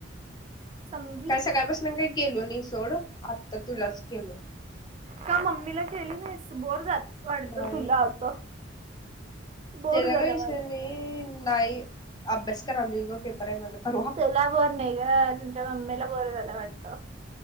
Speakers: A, on the right; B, on the left.
A: समज
B: काय सकाळपसन काही केलो नाही सोड आत्ता तुलाच केलोय
A: का मम्मीला केली नाहीस बोर झालं वाटत
B: नाही
A: तुला आता बोर
B: तेजा
A: झालं
B: काय विषय
A: वाटतं
B: नाही, नाही अभ्यास करालोय गं पेपर हाय माझा परवा.
A: तुला बोर नाही ग तुमच्या मम्मीला बोर झाला वाटत